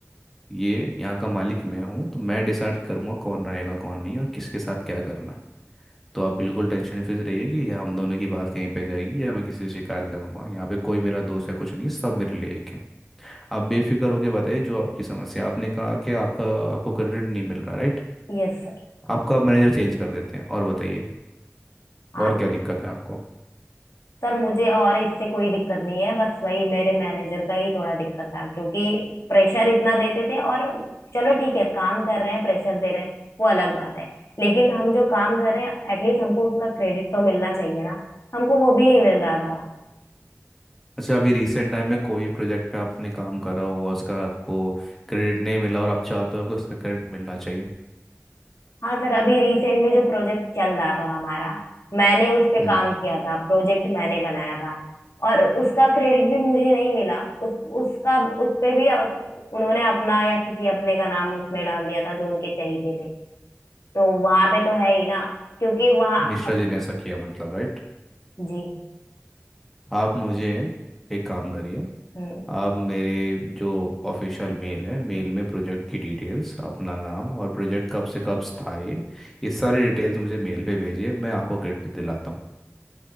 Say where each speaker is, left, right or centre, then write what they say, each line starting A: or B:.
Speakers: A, in the centre; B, on the left.
A: ये यहाँ का मालिक मैं हूँ तो मैं डिसाइड करूंगा कौन रहेगा कौन नहीं और किसके साथ क्या करना है तो आप बिल्कुल टेंशन फ्री रहिए कि यह हम दोनों की बात कहीं पे जाएगी या मैं किसी से शिकायत लगाऊंगा यहाँ पे कोई मेरा दोस्त या कुछ नहीं है, सब मेरे लिए एक है आप बेफिक्र होके बताइए जो आपकी समस्या आपने कहा कि आपका आपको क्रेडिट नहीं मिल रहा राइट
B: Yes sir
A: आपका मैनेजर चेंज कर देते हैं और बताइए
B: हाँ
A: और क्या दिक्कत है आपको
B: सर मुझे और इससे कोई दिक्कत नहीं है बस वही मेरे मैनेजर का ही थोड़ा दिक्कत था क्योंकि प्रेशर इतना देते थे और चलो ठीक है काम कर रहे हैं प्रेशर दे रहे हैं वो अलग बात है लेकिन हम जो काम कर रहे हैं एटलीस्ट हमको उसका क्रेडिट तो मिलना चाहिए ना हमको वो भी नहीं मिल रहा था
A: अच्छा अभी रिसेंट टाइम में कोई प्रोजेक्ट पे आपने काम करा हो और उसका आपको क्रेडिट नहीं मिला और आप चाहते हो कि उसका क्रेडिट मिलना चाहिए
B: हाँ सर अभी रिसेंट में जो प्रोजेक्ट चल रहा था हमारा मैंने उस पे
A: हम्म
B: काम किया था प्रोजेक्ट मैंने बनाया था और उसका क्रेडिट भी मुझे नहीं मिला उस उसका उस पे भी अ- उन्होंने अपना या किसी अपने का नाम उसमें डाल दिया था जो उनके चाहिए थे तो वहां पे तो है ही ना क्योंकि वहाँ
A: मिश्रा जी ने ऐसा किया मतलब राइट
B: जी
A: आप मुझे एक काम करिए
B: हम्म
A: आप मेरे जो ऑफिशियल मेल है मेल में प्रोजेक्ट की डिटेल्स अपना नाम और प्रोजेक्ट कब से कब था ये ये सारी डिटेल्स मुझे मेल पे भेजिए मैं आपको क्रेडिट दिलाता हूँ